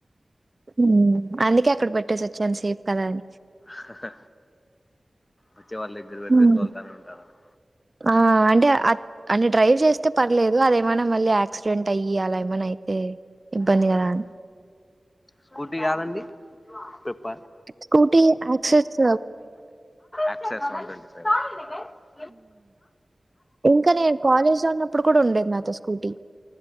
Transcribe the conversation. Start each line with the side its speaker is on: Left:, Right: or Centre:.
Right: హ్మ్ అందుకే అక్కడ పెట్టేసి వచ్చాను సేఫ్ కదా అని
Left: హ హ వచ్చే వాళ్ళ దగ్గర పెడితే
Right: హ్మ్.
Left: తోల్తానే ఉంటారనా
Right: ఆ అంటే ఆ అని డ్రైవ్ చేస్తే పర్లేదు అదేమైనా మళ్ళీ యాక్సిడెంట్ అయ్యి అలా ఏమైనా అయితే ఇబ్బంది
Left: ఓకే
Right: కదండి
Left: స్కూటీ కాదండి పప్ప
Right: స్కూటీ యాక్సెస్
Left: ఎక్సస్ ఉంటండి <unintelligible> తాడిే <unintelligible>
Right: ఇంకా నేను కాలేజ్ లో ఉన్నప్పుడు కూడా ఉండేది నాతో స్కూటీ